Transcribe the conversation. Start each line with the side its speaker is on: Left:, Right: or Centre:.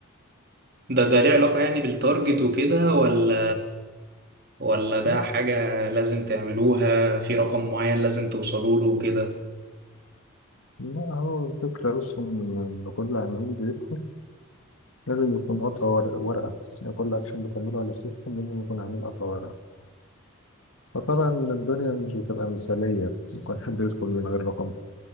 Right: ده ده ليه علاقة يعني بالتارجت وكده ولا ولا ده
Left: لا
Right: حاجة لازم تعملوها في رقم معين لازم توصلوا له وكده
Left: لا هو الفكرة بس إن إن كل عميل بيدخل لازم يكون قطع ورق- ورقة يعني كل أكشن بتعمله على السيستم لازم يكون عامل قطع ورقة فطبعا الدنيا مش بتبقى مثالية ممكن حد يدخل من غير رقم